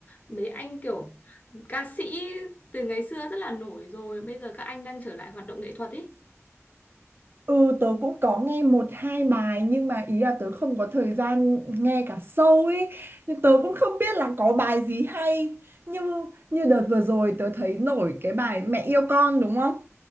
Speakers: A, on the left; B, on the right.
A: mấy anh kiểu ca sĩ từ ngày xưa rất là nổi rồi, bây giờ các anh đang trở lại hoạt động nghệ thuật ấy.
B: Ừ, tớ cũng có nghe một hai bài nhưng mà ý là tớ không có thời gian nghe cả show ấy, nên tớ cũng không biết là có bài gì hay. Như như đợt vừa rồi tớ thấy nổi cái bài Mẹ yêu con đúng không?